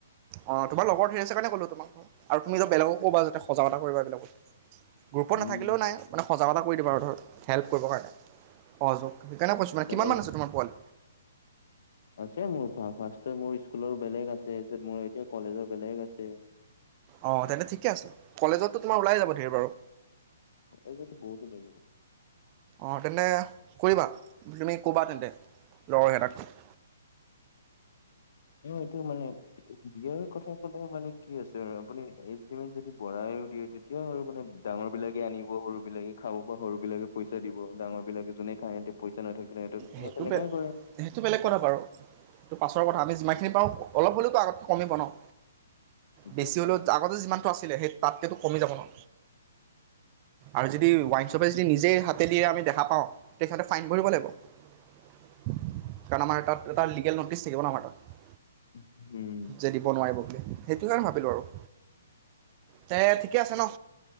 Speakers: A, on the right; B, on the left.
A: অ', তোমাৰ লগৰ ঢেৰ আছে কাৰণে ক'লোঁ তোমাক। আৰু তুমি যে বেলেগক ক'বা যাতে সজাগতা কৰিবা বেলেগত গ্ৰুপত
B: উম
A: নাথাকিলেও নাই। মানে সজাগতা কৰিদিম আৰু ধৰ হেল্প কৰিবৰ কাৰণে সহযোগ সেইকাৰণে কৈছোঁ মানে
B: পেলাই
A: কিমান মমান আছে তোমাৰ পোৱালি?
B: আছে মোৰ ফাৰ্ষ মোৰ স্কুলৰ বেলেগ আছে তাৰপিছত মোৰ এতিয়া কলেজৰ বেলেগ আছে।
A: অ', তেন্তে ঠিকে আছে কলেজতো তোমাৰ ওলাই যাব ধেৰ বাৰু।
B: এইটোৱেটো বহুত ওলাই যাব।
A: অ', তেন্তে কৰিবা তুমি ক'বা তেন্তে লগৰ কেইটাক।
B: অ', এইটো মানে বিয়াৰ কথা ক'লে মানে কি আছে আৰু আপুনি এইজ লিমিট যদি বঢ়াইও দিয়ে। এতিয়াও আৰু মানে ডাঙৰ বিলাকে আনিব সৰু বিলাকে খাব পৰা সৰু বিলাকে পইচা দিব ডাঙৰ বিলাকে যোনে খায় পইচা নথাকিলে সিহঁতে
A: সেইটো
B: তেনেকাই
A: বে
B: কৰে।
A: সেইটো বেলেগ কথা বাৰু। ত' পাছৰ কথা আমিমানখিনি হ'লেও আগত কে কমিব ন'।
B: সেইটো
A: বেছি
B: হয়।
A: হ'লেও আগতে যিমানটো আছিলে সেই তাতকো কমিব যাব ন'। আৰু যদি ৱাইনশ্বপে যদি নিজেই হাতে দিয় আমি দেখা পাওঁ তে সিহঁতে ফাইন ভৰিব লাগিব। কাৰণ আমাৰ তাত লিগেল নটিছ ন' আমাৰ তাত।
B: উ, উম।
A: যে দিব নোৱাৰিব বুলি, সেইটো কাৰণে ভাবিলোঁ আৰু। তে ঠিকে আছে ন'।